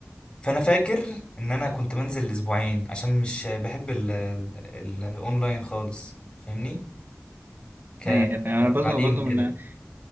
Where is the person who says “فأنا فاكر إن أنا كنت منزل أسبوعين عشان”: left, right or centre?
Left